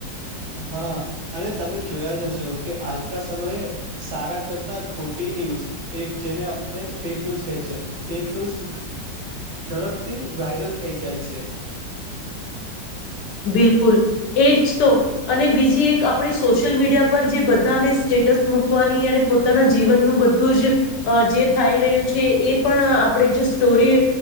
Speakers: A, on the right; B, on the left.
A: હા અને તમે જોયા જશો કે આજતા સમયે સારા કરતા ખોટી ન્યૂઝ ફેક જેને આપણે ફેક ન્યૂઝ કહે છે ફેક ન્યૂઝ ઝડપથી વાયરલ થઈ જાય છે.
B: <inaudible> બિલકુલ એ જ તો અને બીજી એક આપણે સોશિયલ મીડિયા પર જે બધાને સ્ટ મની અને પોતાના જીવનનું બધું જ જે થાય રહ્યું છે એ પણ આપણે જો સ્ટોરી